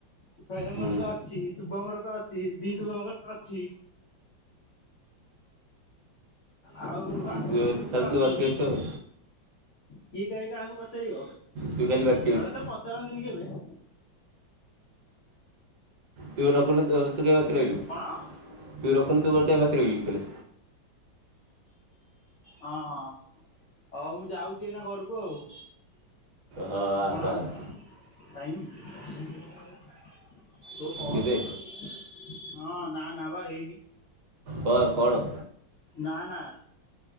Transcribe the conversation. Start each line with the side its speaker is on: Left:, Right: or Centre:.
Left: ସ୍ୱୟମ
Right: ହୁଁ
Left: ର ତୋ ଅଛି ଶୁଭମର କିଛି ତ ଅଛି ଦି ଶୁଭଙ୍କର ତୋ ଅଛି। ଆଉ। ବାସ୍ତବର
Right: ତୁ ତୁ
Left: ବି
Right: ଖାଲି
Left: ତ
Right: ତୁ
Left: ଅଛି।
Right: ବାକି ଅଛୁ ଆଉ
Left: କିଏ କାହିଁ କାହାକୁ ପଚାରିବ?
Right: ତୁ ଖାଲି ବାକି
Left: ଏଗୁଡାକ
Right: ଅଛୁ।
Left: ତ ପଚାରନ୍ତିନି କେବେ। <inaudible>
Right: ତୁ ନେବୁନି ତୋ? ତୁ କାହିଁକି ବାକି ରହିଲୁ
Left: କଣ
Right: ତୁଇ ରଖ। ତୁ ବାକି ରହିଲୁ ତାହାଲେ।
Left: ହଁ ହଉ ମୁଁ ଯାଉଛି ଏଇନା ଘରକୁ ଆଉ
Right: ହଁ ଆସ
Left: କଣ
Right: ଆସ
Left: ଟାଇମ୍ ତୁ ଫୋନ
Right: କେତେ
Left: ରଖେ ବେ ସିଧା ହଁ ନା ନା ବା ହେଇନି।
Right: କୁଆ କଣ?
Left: ନା ନା।